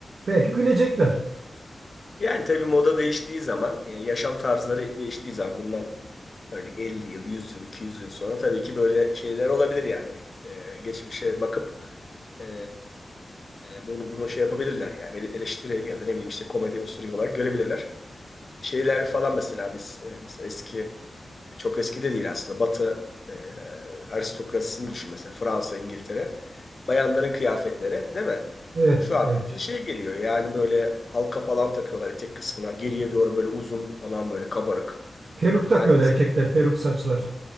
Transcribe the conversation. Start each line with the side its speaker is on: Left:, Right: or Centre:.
Right: Belki gülecekler.
Left: Yani tabii moda değiştiği zaman, e, yaşam tarzları değiştiği zaman bundan Örneğin 50 yıl, 100 yıl, 200 yıl sonra tabii ki böyle şeyler olabilir yani. Ee, geçmişe bakıp e, e, bunu bunu şey yapabilirler yani. Ele- Eleştiri ya da ne bileyim işte komedi unsuru olarak görebilirler. Şeyler falan mesela biz e, mesela eski e, çok eski de değil aslında. Batı e, aristokrasisini düşün mesela Fransa, İngiltere. Bayanların kıyafetleri değil mi?
Right: Evet,
Left: Şu
Right: erkek.
Left: an bize şey geliyor yani böyle halka falan takıyorlar etek kısmına. Geriye doğru böyle uzun falan böyle kabarık.
Right: Peruk takıyorlar
Left: Yani
Right: erkekler, peruk saçlar.